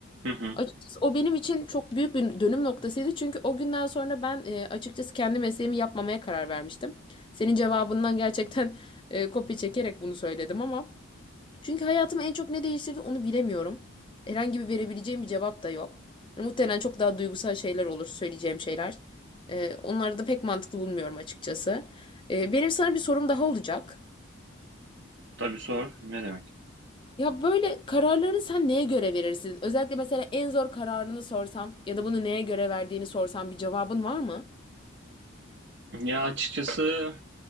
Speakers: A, on the right; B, on the left.
A: hı hı.
B: Açıkçası o benim için çok büyük bir dönüm noktasıydı. Çünkü o günden sonra ben e, açıkçası kendi mesleğimi yapmamaya karar vermiştim. Senin cevabından gerçekten e, kopya çekerek bunu söyledim ama çünkü hayatımı en çok ne değiştirdi onu bilemiyorum. Herhangi bir verebileceğim bir cevap da yok. Yani muhtemelen çok daha duygusal şeyler olur söyleyeceğim şeyler. Ee, onları da pek mantıklı bulmuyorum açıkçası. Ee, benim sana bir sorum daha olacak.
A: Tabii sor, ne demek?
B: Ya böyle kararlarını sen neye göre verirsin? Özellikle mesela en zor kararını sorsam ya da bunu neye göre verdiğini sorsam bir cevabın var mı?
A: Ya açıkçası